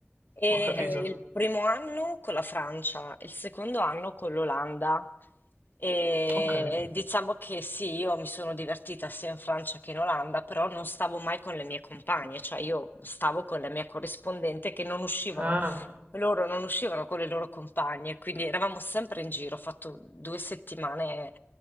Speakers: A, on the left; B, on the right.
A: E
B: ho capito.
A: eh, il primo anno con la Francia, il secondo anno con l'Olanda. E
B: Ok.
A: diciamo che sì, io mi sono divertita sia in Francia che in Olanda, però non stavo mai con le mie compagne, cioè io stavo con la mia corrispondente che non uscivano,
B: Ah,
A: loro non uscivano con le loro compagne, quindi eravamo sempre in giro, ho fatto due settimane